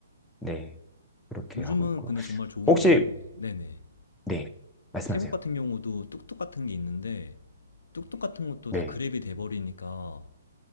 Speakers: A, in the centre; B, on the left (about 70°).
A: 네. 그렇게
B: 요즘은
A: 하고 있고요.
B: 근데 정말 좋은
A: 혹시,
B: 게, 네네.
A: 네, 말씀하세요.
B: 태국 같은 경우도 뚝뚝 같은 게 있는데, 뚝뚝 같은 것도
A: 네.
B: 다 그랩이 돼버리니까